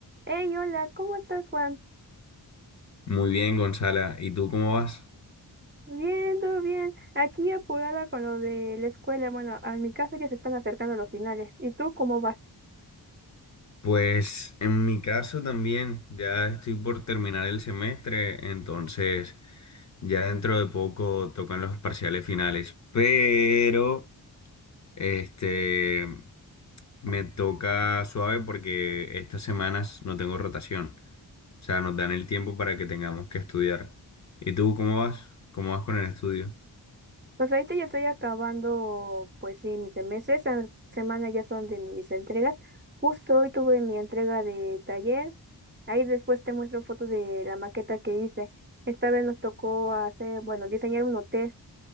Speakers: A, on the right; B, on the left.
A: Hey, hola, ¿cómo estás, Juan?
B: Muy bien, Gonzala. ¿Y tú cómo vas?
A: Bien, todo bien. Aquí apurada con lo de la escuela. Bueno, a mi caso ya se están acercando los finales. ¿Y tú cómo vas?
B: Pues en mi caso también, ya estoy por terminar el semestre, entonces ya dentro de poco tocan los parciales finales, pero este me toca suave porque estas semanas no tengo rotación, o sea, nos dan el tiempo para que tengamos que estudiar. ¿Y tú cómo vas? ¿Cómo vas con el estudio?
A: Pues ahorita ya estoy acabando, pues sí, mis semestres. Esta semana ya son de mis entregas. Justo hoy tuve mi entrega de taller. Ahí después te muestro fotos de la maqueta que hice. Esta vez nos tocó hacer, bueno, diseñar un hotel.